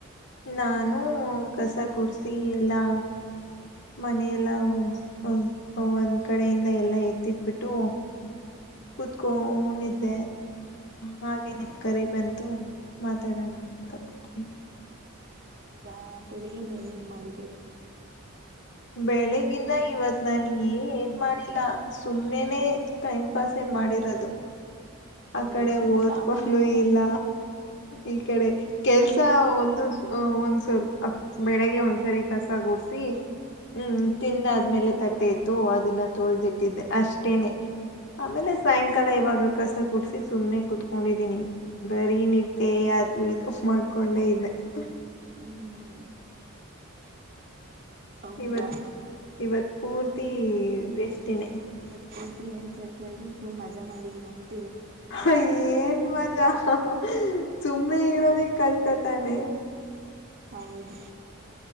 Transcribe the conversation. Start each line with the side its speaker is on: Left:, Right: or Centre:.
Left: ನಾನು ಕಸ ಗುಡ್ಸಿ ಎಲ್ಲಾ ಮನೆಯಲ್ಲ ಒಂದ್ ಒಂದ್ ಒಂದ್ ಕಡೆಯಿಂದ ಎಲ್ಲಾ ಎತ್ತಿಟ್ಬಿಟ್ಟು
Right: ಹ್ಮ್
Left: ಕುತ್ಕೊಂಡಿದ್ದೆ ಹಾಗೆ ನಿಮ್
Right: ಹ್ಮ್
Left: ಕರೆ ಬಂತ್ ತು ಮಾತಾಡಣ ಅಂತ ಕುತ್ಕೋ
Right: ಹೌದಾ ಬೆಳಿಗ್ಗೆಯಿಂದ ಏನೇನ್ ಮಾಡಿದ್ರಿ
Left: ಬೆಳಿಗಿಂದ ಇವತ್ ನಾನ ಏನ್ ಮಾಡಿಲ್ಲ ಸುಮ್ನೆನೆ ಟೈಮ್ ಪಾಸೆ ಮಾಡಿರೋದು. ಆ
Right: ಹೌದಾ
Left: ಕಡೆ ಓದ್ಕೊಂಡು
Right: ನಾನು ಕೂಡ
Left: ಇಲ್ಲ
Right: ಅದೇ
Left: ಈ ಕಡೆ ಕೆಲ್ಸ್ ಕಸ ಒಂದು ಒಂದ್ಸವಲ್ ಬೆಳಿಗ್ಗೆ ಒಂದ್ಸರಿ ಕಸ ಗುಡ್ಸಿ ಹ್ಮ್ ತಿಂದ ಆದ್ಮೇಲೆ ತಟ್ಟೆ ಇತ್ತು ಅದನ್ನ ತೊಳ್ದಿಟ್ಟಿದ್ದೆ ಅಷ್ಟೇನೆ ಆಮೇಲೆ ಸಾಯಂಕಾಲ ಇವಗ್ ಕಸ ಗುಡ್ಸಿ ಸುಮ್ನೆ ಕುೂತ್ಕೊಂಡಿದೀನಿ ಬರೀನಿದ್ದೆ ಅದು ಇದು ಉಫ್ ಮಾಡ್ಕೊಂಡೆ ಇಲ್ಲೆ ಹ
Right: ಹ್ಮ್ ಹೌದಾ
Left: ಇವತ್ ಇವತ್ ಪುರ್ತೀ ವೇಸ್ಟೆನೆ.
Right: ಫುಲ್ ಇವತ್ ಪೂರ್ತಿ ಏನ್ ಕೆಲಸ ಇಲ್ದೆೆ ಫುಲ್ ಮಜಾ ಮಾಡಿದೀರ ಅಂತ್
Left: ಹ ಏನ್ ಮಜಾ ಹ ಹಾ ಸುಮ್ಮ್ನೆ ಇರೋದೆ ಕಷ್ಟತಾನೆ.
Right: ಹೌದು